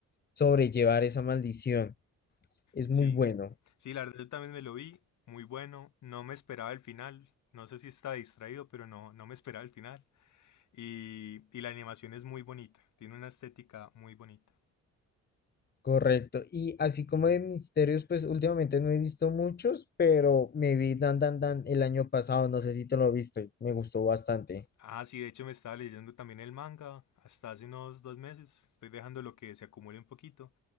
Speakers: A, on the left; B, on the left.
A: sobrellevar esa maldición. Es
B: Sí,
A: muy bueno,
B: sí, la verdad yo también me lo vi, muy bueno, no me esperaba el final. No sé si está distraído, pero no, no me esperaba el final. Y, y la animación es muy bonita, tiene una estética muy bonita.
A: correcto. Y así como de misterios, pues últimamente no he visto muchos, pero me vi Dan Dan Dan el año pasado, no sé si te lo viste, me gustó bastante.
B: Ah, sí, de hecho me estaba leyendo también el manga hasta hace unos dos meses. Estoy dejando lo que se acumule un poquito,